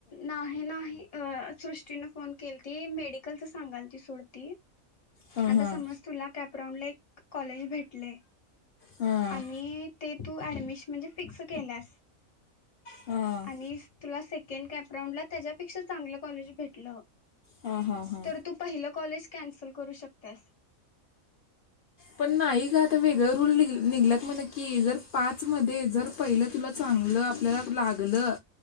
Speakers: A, on the left; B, on the left.
A: नाही नाही सृष्टीन फोन केली ती मेडिकलच सांगालती सोडती.
B: हां
A: आता
B: हां
A: समज तुला कॅपरांडला एक कॉलेज भेटलय,
B: हां
A: आणि ते तु ऍडमिशन म्हणजे फिक्स केल्यास,
B: हां
A: आणि तुला सेकं सेकंड कॅपराऊंड ला त्याच्यापेक्षा चांगलं कॉलेज भेटलं.
B: हा हा हा.
A: तर तू पहिलं कॉलेज कॅन्सल करू शकत्यास.
B: पण नाही ग आता वेगळ रूल निघलात म्हणा की जर पाच मध्ये जर पहिलं तुला चांगलं आपल्याला लागलं.